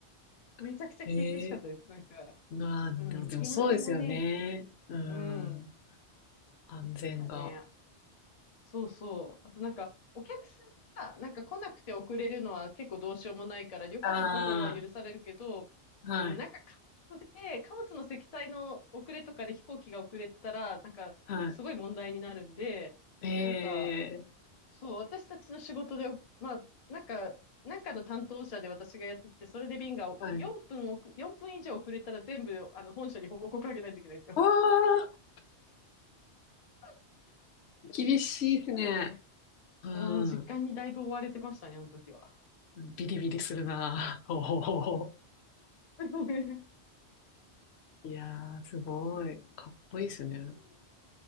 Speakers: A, on the left (about 40°); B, on the left (about 70°).
A: めちゃくちゃ厳しかったです。
B: <laughs> ええ
A: なんか、
B: まあ、でもそうですよね。
A: うん、決まりもね、
B: うん。
A: うん、
B: 安全が。
A: なんかね、そうそう。あとなんか、お客さんがなんか来なくて遅れるのは結構どうしようもないから、旅客の方は許されるけど、
B: ああ、はい、
A: うん、なんか貨物で、貨物の積載の遅れとかで飛行機が遅れたら、なんかすごい問題になるんで、
B: はい。え
A: なんか、
B: え、
A: そう、私たちの仕事で、まあ、なんか、なんかの担当者で私がやってて、それで便が4分遅、
B: はい。
A: 4分以上遅れたら全部、あの、本社に報告あげないといけないんですよ。
B: わあ、
A: <laughs>
B: 厳しいですね。
A: そういうのもね、
B: う
A: ああ、時間にだいぶ追われてましたね、
B: ん。
A: あの時は。
B: ビリビリするな。おお。
A: <laughs>
B: いやー、すごい。
A: うん
B: かっこいいですね。
A: うん